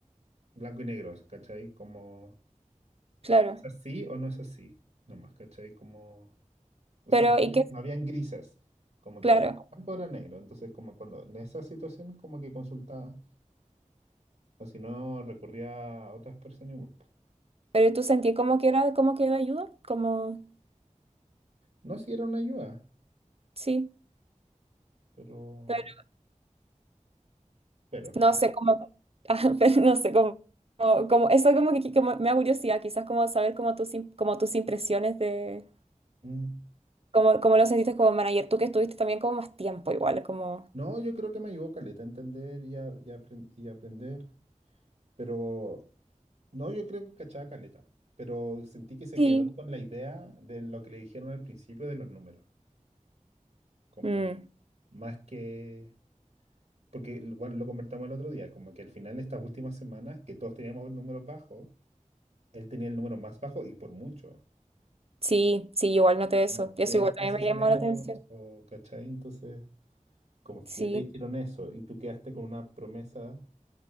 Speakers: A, on the right; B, on the right.
A: blanco y negro, ¿cachai? Como,
B: claro.
A: ¿es así o no es así? Nomás, ¿cachai? Como, o
B: Pero,
A: sea, no
B: ¿y
A: habían,
B: qué?
A: no habían grises, como
B: Claro.
A: que blanco era negro, entonces como cuando en esas situaciones como que consultaba, o si no recurría a otras personas igual. po.
B: Pero tú sentí como que era, como que era ayuda, como,
A: No si era una ayuda,
B: sí,
A: pero,
B: pero
A: pero,
B: no
A: ah,
B: sé cómo, <laughs> ah, pero no sé cómo, como, como- eso como que como me da curiosidad, quizás como saber como tus, im- como tus impresiones de,
A: mm.
B: como, como lo sentiste como manager, tú que estuviste también como más tiempo igual, como...
A: No, yo creo que me ayudó Caleta a entender y, a- y a apren- y a aprender. Pero no, yo creo que cachaba caleta, pero sentí que se
B: Sí.
A: quedó con la idea de lo que le dijeron al principio de los números, como
B: Mm,
A: más que, porque l- bueno, lo convertamos el otro día, como que al final estas últimas semanas, que todos teníamos números bajos, él tenía el número más bajo y por mucho,
B: sí, sí, igual noté eso.
A: como tres
B: Eso igual
A: veces
B: también me
A: menos,
B: llamó la atención.
A: o cachai, entonces, como que
B: Sí,
A: ya te dijeron eso y tú quedaste con una promesa